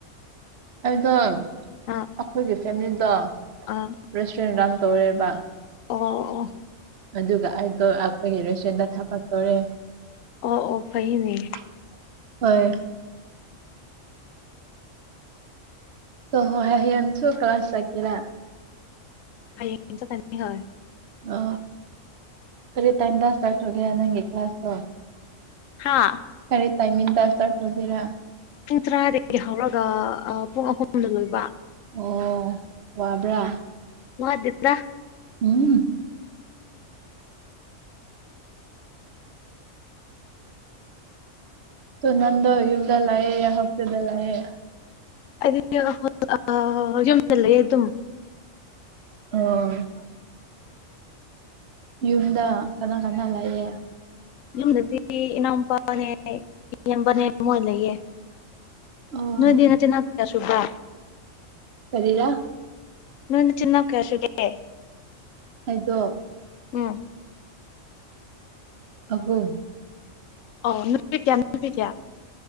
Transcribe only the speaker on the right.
ꯑꯩꯗꯣ
ꯑꯩꯈꯣꯏꯒꯤ ꯐꯦꯃꯤꯂꯤꯗꯣ
ꯔꯦꯁꯇꯨꯔꯦꯟ ꯔ ꯇꯧꯔꯦꯕ
ꯑꯗꯨꯒ ꯑꯩꯗꯣ ꯑꯈꯣꯏꯒꯤ ꯔꯦꯏꯇꯨꯔꯦꯟꯗ ꯊꯕꯛ ꯇꯧꯔꯦ
<unintelligible> <unintelligible> ꯍꯣꯏ ꯍꯥꯏꯌꯦꯡꯁꯨ ꯀ꯭ꯂꯥꯁ ꯆꯠꯀꯦꯔ
ꯑ ꯀꯔꯤ ꯇꯥꯏꯝꯗ ꯏꯁꯇꯥꯔꯠ ꯇꯩꯒꯦ ꯅꯪꯒꯤ ꯀ꯭ꯂꯥꯁ
ꯈꯔꯦ ꯇꯥꯏꯃꯤꯡꯗ ꯁꯇꯥꯔꯠ ꯑꯣꯏꯒꯦꯔꯥ
ꯑꯣ ꯋꯥꯕ꯭ꯔꯥ
ꯎꯝ ꯁꯨꯅꯟ ꯗ ꯌꯨꯝꯗ ꯂꯑꯦ ꯌꯥ ꯍꯞꯇꯗ ꯂꯑꯦ
<unintelligible> ꯌꯨꯝꯗ ꯀꯅꯥ ꯀꯅꯥ ꯂꯥꯛꯑꯦ
ꯑꯣ
ꯀꯔꯤꯔꯥ
ꯍꯥꯏꯗꯣ
ꯑꯍꯣ